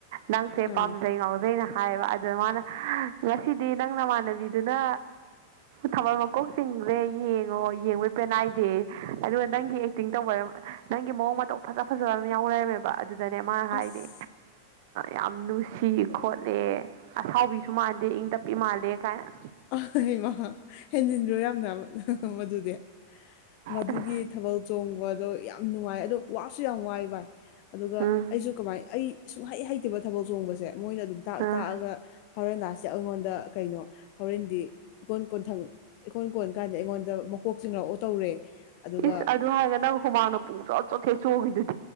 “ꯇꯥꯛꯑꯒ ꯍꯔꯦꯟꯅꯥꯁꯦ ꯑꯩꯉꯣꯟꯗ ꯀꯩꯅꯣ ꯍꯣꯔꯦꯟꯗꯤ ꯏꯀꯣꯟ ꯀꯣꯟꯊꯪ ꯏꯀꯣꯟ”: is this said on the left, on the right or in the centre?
Left